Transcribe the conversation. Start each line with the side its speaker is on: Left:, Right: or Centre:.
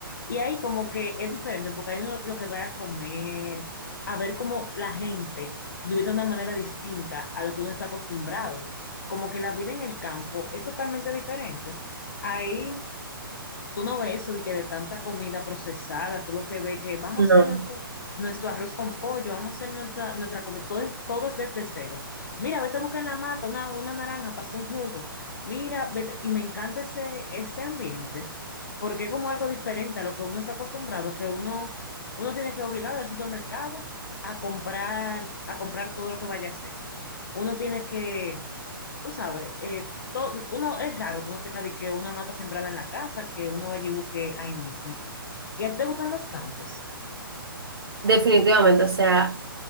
Left: Y ahí como que es diferente, porque hay uno lo que va a comer, a ver cómo la gente vive de una manera distinta a lo que uno está acostumbrado. Como que la vida en el campo es totalmente diferente. Ahí Tú no ves eso de que de tanta comida procesada, tú lo que ves que vamos
Right: No.
Left: a hacer nuestro, nuestro arroz con pollo, vamos a hacer nuestra, nuestra comida, todo, es- todo es desde cero. Mira, vete a buscar en la mata una, una naranja para hacer un jugo. Mira, vete, y me encanta ese, ese ambiente, porque es como algo diferente a lo que uno está acostumbrado, que uno, uno tiene que obligar al supermercado a comprar, a comprar todo lo que vaya a hacer. Uno tiene que tú sabes, eh, to- uno es raro que uno tenga de que una mata sembrada en la casa, que uno vaya y busque ahí mismo. ¿Y a ti te gustan los campos?
Right: Definitivamente, o sea,